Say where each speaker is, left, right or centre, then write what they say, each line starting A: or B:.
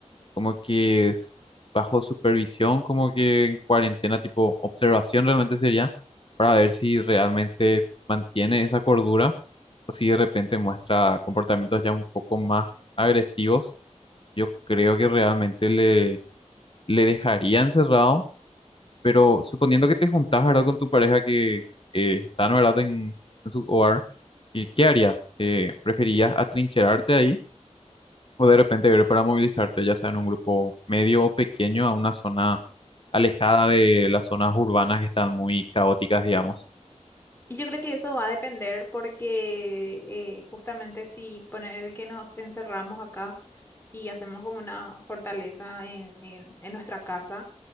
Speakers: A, on the left (about 45°); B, on the left (about 20°).
A: como que es bajo supervisión, como que en cuarentena, tipo observación realmente sería, para ver si realmente mantiene esa cordura o si de repente muestra comportamientos ya un poco más agresivos. Yo creo que realmente le, le dejaría encerrado, pero suponiendo que te juntás, ¿verdad?, con tu pareja que eh, están, ¿verdad?, en, en su hogar, ¿y ¿qué harías? Eh, ¿preferirías atrincherarte ahí? O de repente ver para movilizarte, ya sea en un grupo medio o pequeño, a una zona alejada de las zonas urbanas que están muy caóticas, digamos.
B: Y yo creo que eso va a depender porque eh, justamente si poner el que nos encerramos acá y hacemos como una fortaleza en en- en nuestra casa